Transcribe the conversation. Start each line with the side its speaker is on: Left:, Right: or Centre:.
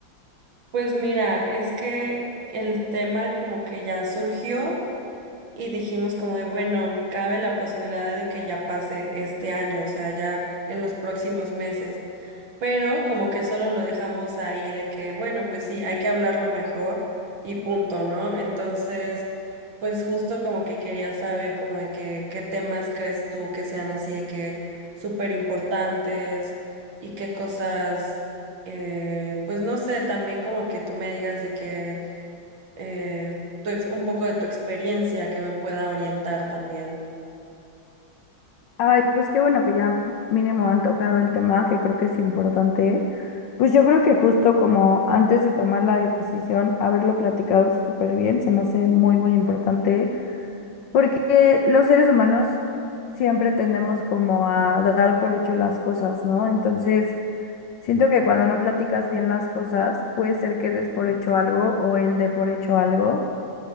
Right: Pues mira, es que el tema como que ya surgió. Y dijimos como de, bueno, cabe la posibilidad de que ya pase este año, o sea, ya en los próximos meses, pero como que solo lo dejamos ahí de que, bueno, pues sí, hay que hablarlo mejor y punto, ¿no? Entonces, pues justo como que quería saber como de que, qué temas crees tú que sean así de que súper importantes y qué cosas, eh, pues no sé, también como que tú me digas de que eh, tu ex- un poco de tu experiencia que me pueda orientar también.
Left: Ay, pues qué bueno que ya mínimo han tocado el tema, que creo que es importante. Pues yo creo que justo como antes de tomar la decisión, haberlo platicado súper bien, se me hace muy, muy importante, porque los seres humanos siempre tendemos como a dar por hecho las cosas, ¿no? Entonces, siento que cuando no platicas bien las cosas, puede ser que des por hecho algo o él dé por hecho algo